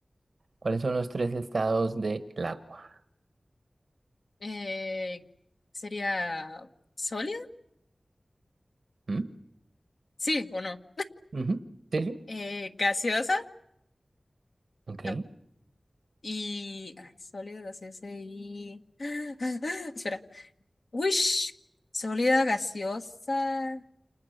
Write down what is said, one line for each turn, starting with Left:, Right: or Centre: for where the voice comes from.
Right: ¿Cuáles son los tres estados del agua?
Left: Eh, ¿sería sólida?
Right: ¿Mm?
Left: Sí, ¿o no?
Right: Ujú, Sí, sí.
Left: Eh, ¿gaseosa?
Right: Ok.
Left: No. Y... Ay, sólida, gaseosa y... <gasps> Espera. Uy, sólida, gaseosa.